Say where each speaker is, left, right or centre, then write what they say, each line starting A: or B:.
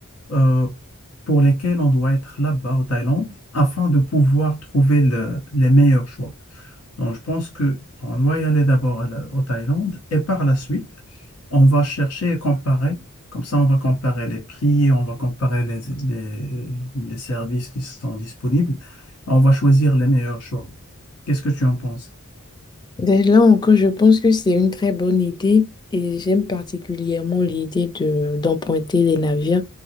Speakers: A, on the left; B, on the left.
A: euh, pour lesquelles on doit être là-bas au Thaïlande afin de pouvoir trouver le- les meilleurs choix. Donc, je pense que on doit y aller d'abord à la- au Thaïlande et par la suite, on va chercher et comparer. Comme ça, on va comparer les prix, on va comparer les, les, les services qui sont disponibles. On va choisir les meilleurs choix. Qu'est-ce que tu en penses?
B: Ben là encore, je pense que c'est une très bonne idée et j'aime particulièrement l'idée de d'emprunter les navires